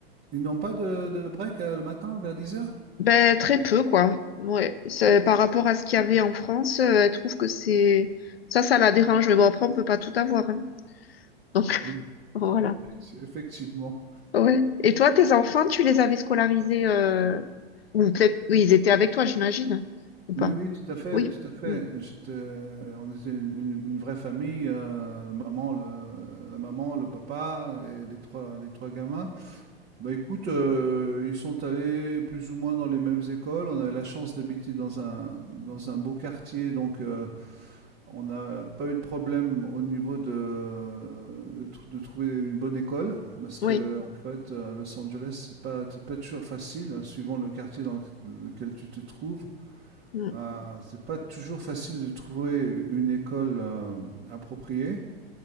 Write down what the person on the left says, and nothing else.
Ben, très peu, quoi. Ouais. C'est- Par rapport à ce qu'il y avait en France, euh, elle trouve que c'est... Ça, ça la dérange. Mais bon, après, on peut pas tout avoir, hein. Donc, <laughs>
voilà.
Ouais. Et toi, tes enfants, tu les avais scolarisés... euh, Ou peut-être... Oui, ils étaient avec toi, j'imagine. hein, Ou pas?
Oui.
Mm.
Oui.
Mm.